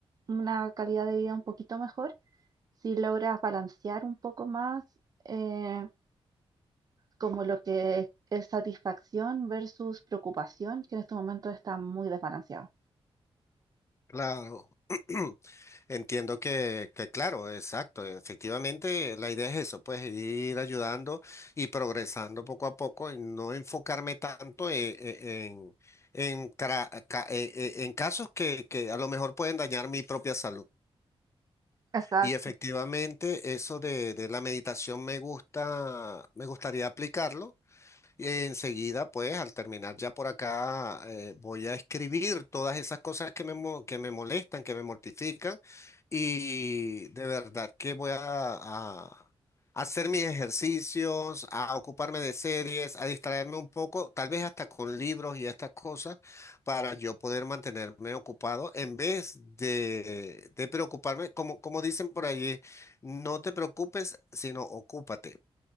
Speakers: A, on the right (about 40°); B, on the left (about 30°).
A: una calidad de vida un poquito mejor si logras balancear un poco más eh, como lo que es satisfacción versus preocupación, que en este momento está muy desbalanceado.
B: claro. <clears throat> Entiendo que, que claro, exacto. Efectivamente, la idea es eso, pues ir ayudando y progresando poco a poco y no enfocarme tanto e- e- en, en, cra- ca- e- e- en casos que, que a lo mejor pueden dañar mi propia salud.
A: Exacto.
B: Y efectivamente, eso de, de la meditación me gusta, me gustaría aplicarlo. Eh, Enseguida, pues, al terminar ya por acá, eh, voy a escribir todas esas cosas que me, mo- que me molestan, que me mortifican, y de verdad que voy a, a hacer mis ejercicios, a ocuparme de series, a distraerme un poco, tal vez hasta con libros y estas cosas, para yo poder mantenerme ocupado en vez de, de preocuparme, como, como dicen por allí, no te preocupes, sino ocúpate.